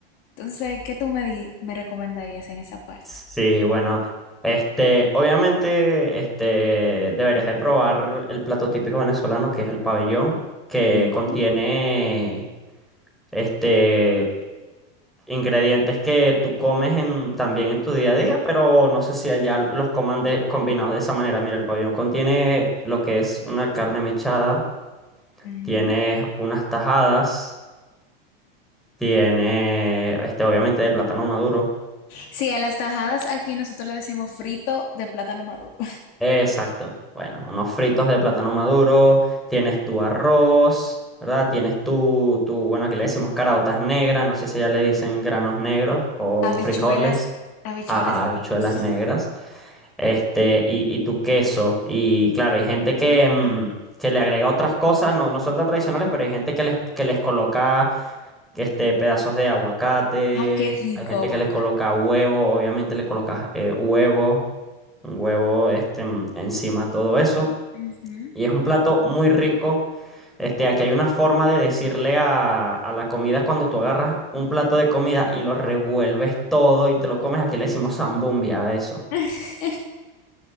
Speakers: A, on the left (about 45°); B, in the centre.
A: Entonces, ¿qué tú me, di- me recomendarías en esa parte?
B: Sí, bueno, este, obviamente, este, deberías de probar el plato típico venezolano, que es el pabellón, que
A: Ujú,
B: contiene, este, ingredientes que tú comes en, también en tu día a día, pero no sé si allá los coman de- combinados de esa manera. Mira, el pabellón contiene lo que es una carne mechada,
A: ujú.
B: tienes unas tajadas, tiene, este, obviamente de plátano maduro.
A: Sí, a las tajadas aquí nosotros le decimos frito de plátano maduro.
B: Exacto. Bueno, unos fritos de plátano maduro, tienes tu arroz, ¿verdad? Tienes tu, tu, bueno, aquí le decimos caraotas negras, no sé si ya le dicen granos negros
A: <laughs>
B: o
A: Habichuelas,
B: frijoles,
A: habichuelas
B: ajá, habichuelas
A: negras.
B: negras, este, y, y tu queso. Y claro, hay gente que,
A: Ok.
B: mm, que le agrega otras cosas, no, no son tan tradicionales, pero hay gente que les, que les coloca este, pedazos de aguacate,
A: Ah, qué rico
B: hay gente
A: aguacate.
B: que les coloca huevo, obviamente le colocas eh, huevo, un huevo este, mm, encima, todo eso.
A: Ujú.
B: Y es un plato muy rico. Este, aquí hay una forma de decirle a, a la comida cuando tú agarras un plato de comida y lo revuelves todo y te lo comes. Aquí le decimos zambumbia a eso.
A: <laughs>